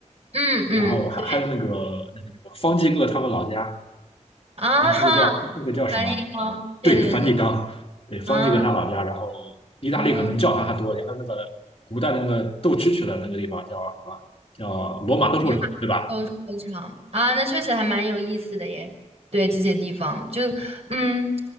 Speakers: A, on the right; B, on the left.
A: 嗯嗯，
B: 然后还还有那个那个那个方济各他们老家，
A: 对啊哈，
B: 哎，那个叫那个叫什么？
A: 梵蒂冈，对对对，
B: 对，梵蒂冈，对，方济各他老家。
A: 啊
B: 然后意大利可能教堂还多一点，
A: 嗯，
B: 还有那个古代的那个斗蛐蛐的那个地方叫什么？叫罗马斗兽场，
A: 我
B: 对吧？
A: 哦，非场啊，那确实还蛮有意思的耶。对这些地方，就嗯